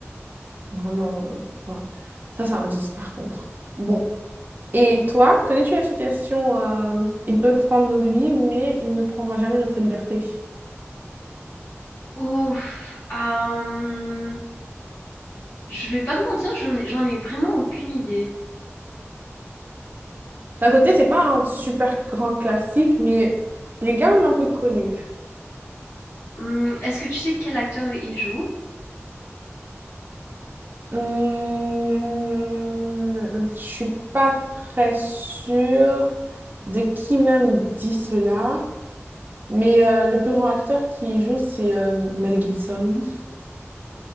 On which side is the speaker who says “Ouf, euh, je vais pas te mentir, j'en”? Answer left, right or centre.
Left